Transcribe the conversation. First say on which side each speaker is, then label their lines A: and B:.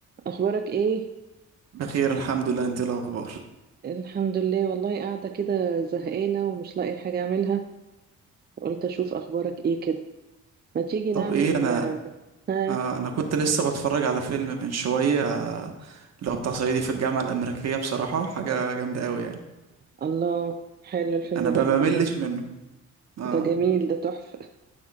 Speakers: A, on the right; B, on the right.
A: اخبارك ايه
B: بخير الحمد لله انت ايه الاخبار
A: الحمد لله والله قاعده كده زهقانه ومش لاقي حاجه اعملها قلت اشوف اخبارك ايه كده ما تيجي
B: طب
A: نعمل
B: ايه انا
A: ها
B: آه انا كنت لسه بتفرج على فيلم من شويه آه، اللي هو بتاع صعيدي في الجامعه الامريكيه بصراحه حاجه جامده قوي يعني
A: الله حلو الفيلم
B: انا
A: ده
B: ما
A: انا بحبه
B: بملش منه اه
A: ده جميل ده تحفه